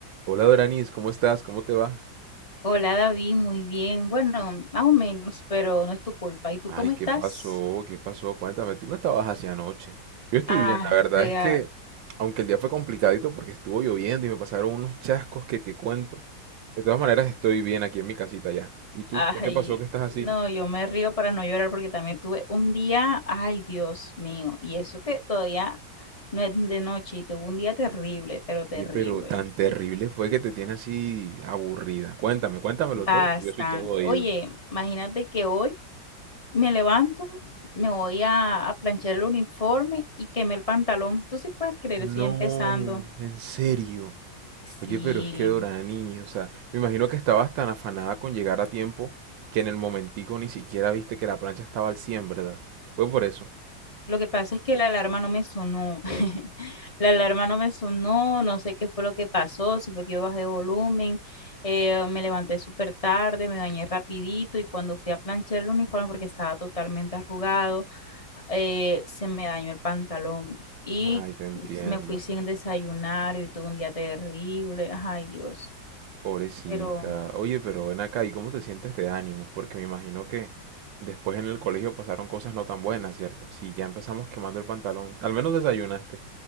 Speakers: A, on the right (about 75°); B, on the left (about 25°).
A: Hola Doranis, ¿cómo estás? ¿Cómo te va?
B: Hola David, muy bien. Bueno, más o menos, pero no es tu culpa. ¿Y tú
A: Ay,
B: cómo
A: ¿qué
B: estás?
A: pasó? ¿Qué pasó? Cuéntame, tú no estabas así anoche. Yo estoy
B: Ah,
A: bien, la verdad
B: rea-
A: es que, aunque el día fue complicadito porque estuvo lloviendo y me pasaron unos chascos que te cuento, de todas maneras estoy bien aquí en mi casita ya. ¿Y tú?
B: ay,
A: ¿Qué te pasó que estás así?
B: no, yo me río para no llorar porque también tuve un día, ay Dios mío, y eso que todavía no es de noche y tuve un día terrible, pero terrible,
A: Oye, pero tan
B: ¿viste?
A: terrible fue que te tiene así aburrida. Cuéntame, cuéntamelo
B: Bastante.
A: todo, que yo soy todo oído.
B: Oye, imagínate que hoy me levanto, me voy a, a planchar el uniforme y quemé el pantalón. Tú sí puedes creer,
A: No,
B: estoy empezando.
A: en serio. Oye,
B: Sí.
A: pero es que Dorani, o sea, me imagino que estabas tan afanada con llegar a tiempo que en el momentico ni siquiera viste que la plancha estaba al 100, ¿verdad? Fue por eso.
B: Lo que pasa es que la alarma no me sonó. <laughs> La alarma no me sonó, no sé qué fue lo que pasó, si fue que yo bajé de volumen, eh, me levanté súper tarde, me bañé rapidito y cuando fui a planchar el uniforme porque estaba totalmente arrugado, eh, se me dañó el pantalón y
A: Ay, te entiendo.
B: me fui sin desayunar y tuve un día terrible. Ay, Dios.
A: Pobrecita.
B: Pero
A: Oye, pero ven acá, ¿y cómo te sientes de ánimos? Porque me imagino que después en el colegio pasaron cosas no tan buenas, ¿cierto? Si ya empezamos quemando el pantalón, al menos desayunaste.